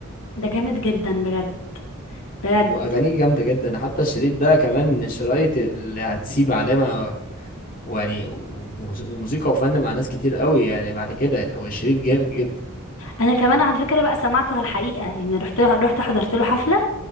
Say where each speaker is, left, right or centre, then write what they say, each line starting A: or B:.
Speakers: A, on the left; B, on the left.
A: ده جامد جدا بجد بجد
B: واغانيه جامده جدا حتى الشريط ده كمان من الشرايط اللي هتسيب علامه ويعني و- و- وموسيقى وفن مع ناس كتير قوي يعني بعد كده هو الشريط جامد جدا
A: انا كمان على فكره بقى سمعته على الحقيقه يعني رحت رحت حضرت له حفله